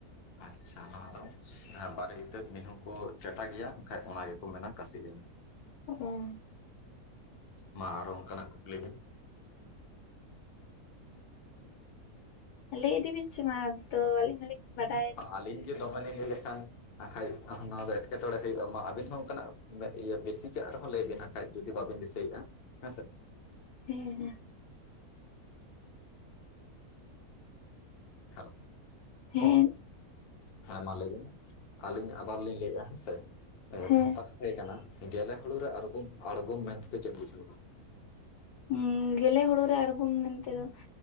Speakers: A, on the left; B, on the left.
A: ᱟᱪᱷᱟ ᱱᱚᱣᱟ ᱫᱚ ᱡᱟᱦᱟᱸ ᱵᱟᱨᱮ ᱤᱛᱟᱹᱫ ᱢᱤᱦᱩ ᱠᱚ ᱪᱮᱴᱟ ᱜᱮᱭᱟ ᱮᱱᱠᱷᱟᱡ ᱚᱱᱟ ᱜᱮᱠᱚ ᱢᱮᱱᱟ ᱠᱟᱹᱥᱤ ᱜᱮᱞᱮ᱾
B: ᱚᱸᱻ᱾
A: ᱢᱟ ᱟᱨᱦᱚ ᱚᱱᱠᱟᱱᱟᱜ ᱠᱩᱠᱞᱤ ᱵᱤᱱ?
B: ᱞᱟᱹᱭ ᱤᱫᱤ ᱵᱤᱱ ᱥᱮ ᱢᱟ ᱛᱚ ᱟᱹᱞᱤᱧ ᱦᱚᱞᱤᱧ ᱵᱟᱰᱟᱭ
A: ᱟᱹᱞᱤᱧ ᱜᱮ ᱫᱚᱢᱮ ᱞᱤᱧ ᱞᱟᱹᱭ ᱞᱮᱠᱷᱟᱱ ᱟᱨᱠᱷᱟᱡ ᱱᱚᱣᱟ ᱫᱚ ᱮᱴᱠᱮᱴᱚᱬᱮ ᱦᱩᱭᱩᱜᱼᱟ ᱾ ᱢᱟ ᱟᱵᱤᱱ ᱦᱚᱸ ᱚᱱᱠᱟᱱᱟᱜ ᱤᱭᱟᱹ ᱵᱮᱥᱤᱠᱟᱜ ᱨᱮᱦᱚᱸ ᱞᱟᱹᱭ ᱵᱤᱱ᱾ ᱠᱷᱟᱡ ᱡᱩᱫᱤ ᱵᱟᱵᱤᱱ ᱫᱤᱥᱟᱹᱭᱮᱫᱼᱟ ᱦᱮᱸ ᱥᱮ ᱾
B: ᱦᱮᱸ ᱦᱮᱸ
A: ᱦᱮᱞᱳ ᱾
B: ᱦᱮᱸᱻ᱾
A: ᱦᱮᱸ ᱢᱟ ᱞᱟᱹᱭ ᱵᱮᱱ ᱟᱹᱞᱤᱧ ᱟᱵᱟᱨ ᱞᱤᱧ ᱞᱟᱹᱭᱮᱜᱼᱟ ᱦᱮᱸ ᱥᱮ
B: ᱦᱮᱸ
A: ᱵᱷᱮᱱᱛᱟ ᱛᱟᱦᱮᱸ ᱠᱟᱱᱟ ᱜᱮᱞᱮ ᱦᱩᱲᱩ ᱨᱮ ᱟᱬᱜᱚᱢ ᱟᱬᱜᱚᱢ ᱢᱮᱱᱛᱮ ᱪᱮᱫ ᱵᱩᱡᱷᱟᱹᱣᱼᱟ?
B: ᱦᱩᱸ ᱜᱮᱞᱮ ᱦᱩᱲᱩ ᱨᱮ ᱟᱬᱜᱚᱢ ᱢᱮᱱᱛᱮ ᱫᱚ